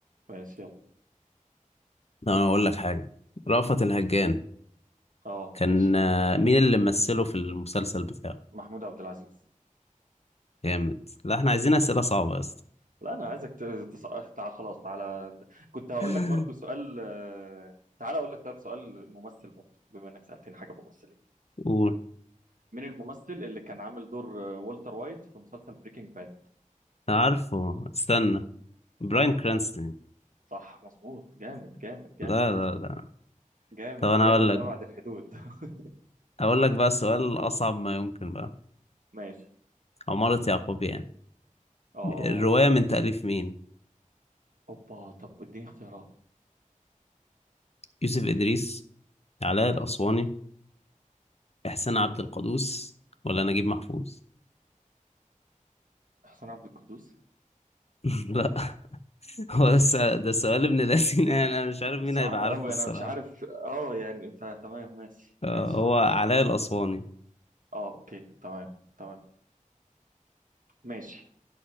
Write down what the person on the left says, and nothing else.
طب انا اقول لك حاجه رأفت الهجان
كان
آه، مين اللي ممثله في المسلسل بتاعه
جامد لا احنا عايزين اسئله صعبه يا اسطى
<laughs>
قول
عارفه استنى براين كرانستون
لا لا لا
طب انا
اقول لك
اقول لك بقى سؤال اصعب ما يمكن بقى
عمارة يعقوب يعني
الروايه
من تاليف مين
يوسف ادريس علاء الاسواني احسان عبد القدوس ولا نجيب محفوظ
<laughs> لا هو
ده سؤال ده سؤال ابن لذين يعني انا مش عارف مين
هيبقى عارفه
الصراحه
آه،
هو علاء الاسواني